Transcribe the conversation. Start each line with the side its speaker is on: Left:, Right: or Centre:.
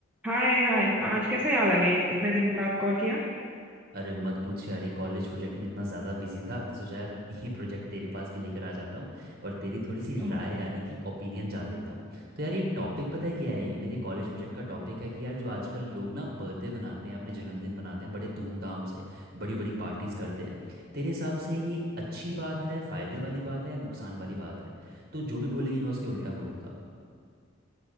Centre: हाय हाय आज कैसे याद आ गया इतने दिन बाद कॉल किया
Right: अरे मत पूछ यार ये कॉलेज प्रोजेक्ट में इतना ज़्यादा बिजी था तो सोचा यार ये प्रोजेक्ट तेरे पास भी लेकर आ जाता हूँ और तेरी थोड़ी सी
Centre: ओहो,
Right: राय यानी कि ओपिनियन जान लेता हूँ तो यार ये टॉपिक पता है क्या है ये मेरे कॉलेज प्रोजेक्ट का टॉपिक है कि यार जो आजकल लोग ना बर्थडे मनाते हैं अपने जन्मदिन मनाते हैं बड़े धूमधाम से बड़ी बड़ी पार्टीज़ करते हैं तेरे हिसाब से ये अच्छी बात है फ़ायदे वाली बात है या नुकसान वाली बात है तो जो भी बोलेगी मैं उसके उल्टा बोलूँगा